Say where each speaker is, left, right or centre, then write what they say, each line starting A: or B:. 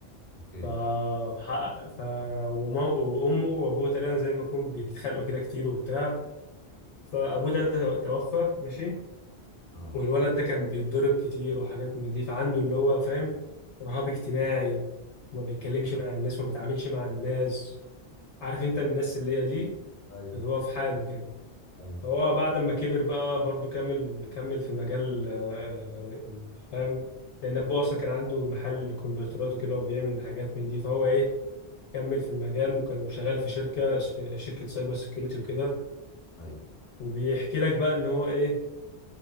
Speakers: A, on the left; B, on the left.
A: اوكي
B: ف... حقق- ف... وما... وأمه وأبوه تقريبا زي ما يكون بيتخانقوا كده كتير وبتاع فأبوه ده ده توفى ماشي
A: اه
B: والولد ده كان بيتضرب كتير وحاجات من دي فعنده اللي هو فاهم رهاب اجتماعي وما بيتكلمش مع الناس وما بيتعاملش مع الناس عارف انت الناس اللي هي دي
A: ايوه
B: اللي هو في حاله كده
A: ايوه
B: فهو بعد ما كبر بقى برضه كمل كمل في مجال آه، فاهم لأن أبوه أصلا كان عنده محل كمبيوترات وكده وبيعمل حاجات من دي فهو إيه كمل في المجال وكان شغال في شركة في شركة سايبر سيكيورتي وكده
A: ايوه
B: وبيحكي لك بقى ان هو ايه